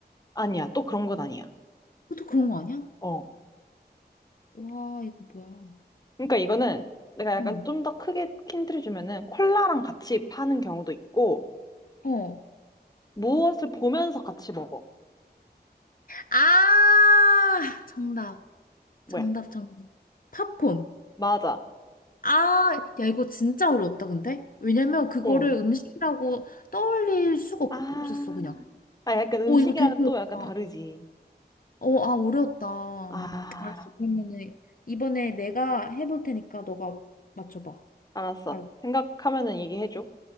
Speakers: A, on the left (about 20°); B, on the left (about 55°).
A: 아니야. 또 그런 건 아니야.
B: 그것도 그런 거 아니야?
A: 어.
B: 와, 이거 뭐야.
A: 그러니까 이거는 내가 약간
B: 응.
A: 좀 더 크게 힌트를 주면은 콜라랑 같이 파는 경우도 있고
B: 어.
A: 무엇을 보면서 같이 먹어.
B: 아, 정답.
A: 뭐야?
B: 정답, 정답. 팝콘.
A: 맞아.
B: 아, 야, 이거 진짜 어려웠다, 근데? 왜냐면 그거를
A: 어.
B: 음식이라고 떠올릴 수가
A: 아,
B: 없었어, 그냥.
A: 아 약간 음식이랑
B: 어, 이거 되게 어렵다.
A: 또 약간 다르지.
B: 어, 아, 어려웠다.
A: 아,
B: 알았어. 그러면은 이번에 내가 해볼 테니까 너가 맞춰봐.
A: 알았어.
B: 알았지?
A: 생각하면은 얘기해줘.